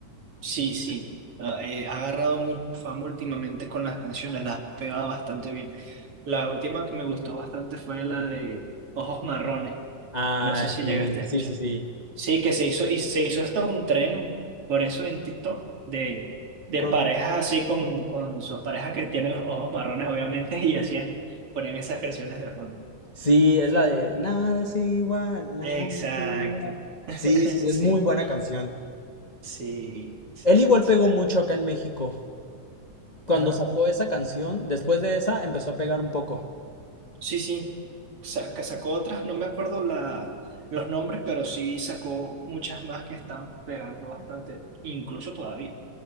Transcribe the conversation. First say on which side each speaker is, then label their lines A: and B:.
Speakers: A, on the right; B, on the left.
A: Sí, sí. Ah, eh, ha agarrado mucha fama últimamente con las canciones, las ha pegado bastante bien. La última que me gustó bastante fue la de Ojos Marrones.
B: Ay,
A: No sé si
B: sí,
A: llegaste a
B: sí,
A: escuchar.
B: sí, sí.
A: Sí, que se hizo, y se hizo hasta un tren, por eso en TikTok, de, de
B: Con-
A: parejas así con, con sus parejas que tienen los ojos marrones, obviamente, y hacían, ponían esas canciones de fondo.
B: Sí, es la de Nada es igual, nada
A: Exacto.
B: es igual.
A: <laughs>
B: Sí, sí, sí,
A: Sí,
B: es muy buena canción.
A: sí, exacto.
B: Él igual pegó mucho acá en México. Cuando
A: Ah,
B: sacó esa canción, después de esa empezó a pegar un poco.
A: sí, sí. Sa- que sacó otras, no me acuerdo la, los nombres, pero sí sacó muchas más que están pegando bastante, incluso todavía.